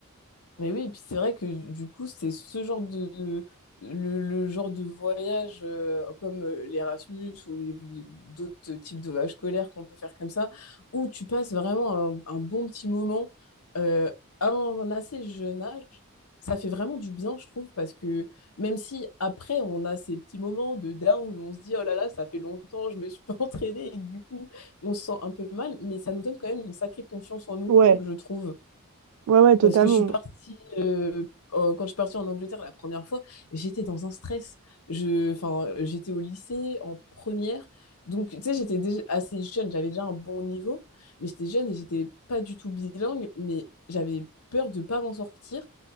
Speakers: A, on the left; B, on the right.
A: Mais oui, et puis c'est vrai que du coup, c'est ce genre de de- le, le genre de voyage euh, comme euh, l'Erasmus ou les- les- d'autres types de voyages scolaires qu'on peut faire comme ça, où tu passes vraiment un, un bon petit moment euh, à un, un assez jeune âge. Ça fait vraiment du bien, je trouve, parce que même si après on a ces petits moments de down où on se dit oh là là, ça fait longtemps, je me suis pas <laughs> entraînée et du coup on se sent un peu mal, mais ça nous donne quand même une sacrée confiance en nous,
B: Ouais,
A: je trouve.
B: ouais, ouais, totalement.
A: Parce que je suis partie, euh, en- quand je suis partie en Angleterre la première fois, j'étais dans un stress. Je, enfin, j'étais au lycée en première. Donc, tu sais, j'étais déjà assez jeune, j'avais déjà un bon niveau, mais j'étais jeune et j'étais pas du tout bilingue, mais j'avais peur de pas m'en sortir.